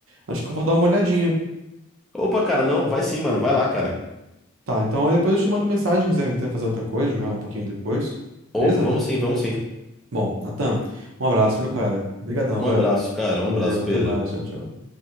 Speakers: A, on the right; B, in the centre.
A: Acho que eu vou dar uma olhadinha.
B: Opa, cara, não, vai sim, mano, vai lá, cara.
A: Tá, então depois eu te mando mensagem se quiser, quiser fazer outra coisa, jogar um pouquinho depois.
B: Opa,
A: Beleza?
B: vamos sim, vamos sim.
A: Bom, Natan, um abraço, viu, cara? Obrigadão,
B: Um
A: velho.
B: abraço, cara,
A: Valeu,
B: um abraço,
A: até
B: Pedro.
A: mais, tchau, tchau.